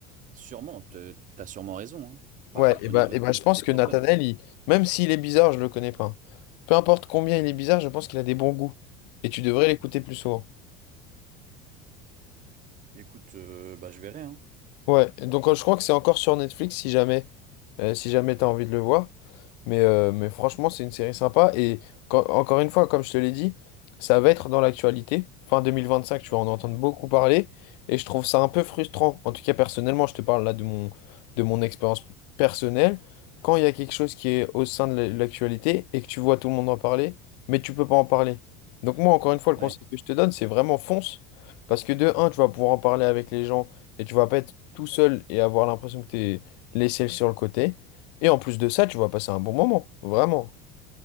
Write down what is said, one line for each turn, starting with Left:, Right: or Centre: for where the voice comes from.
Right: Sûrement, te- t'as sûrement raison. hein. Pas,
Left: Ouais,
Right: ton
Left: et bah,
Right: hypothèse
Left: et bah,
Right: est
Left: je
Right: peut-être
Left: pense que Nathanaël,
Right: bonne. hein.
Left: il- même s'il est bizarre, je le connais pas. Peu importe combien il est bizarre, je pense qu'il a des bons goûts. Et tu devrais l'écouter plus souvent.
Right: Écoute, euh, bah, je verrai. hein.
Left: Ouais, et donc euh, je crois que c'est encore sur Netflix si jamais, euh, si jamais t'as envie de le voir. Mais, euh, mais franchement, c'est une série sympa. Et quand- encore une fois, comme je te l'ai dit, ça va être dans l'actualité. Fin 2025, tu vas en entendre beaucoup parler. Et je trouve ça un peu frustrant. En tout cas, personnellement, je te parle là de mon, de mon expérience personnelle. Quand il y a quelque chose qui est au sein de la- l'actualité et que tu vois tout le monde en parler, mais tu peux pas en parler. Donc moi, encore une fois,
Right: Ouais.
Left: le conseil que je te donne, c'est vraiment fonce. Parce que de un, tu vas pouvoir en parler avec les gens et tu vas pas être tout seul et avoir l'impression que t'es laissé sur le côté. Et en plus de ça, tu vas passer un bon moment, vraiment.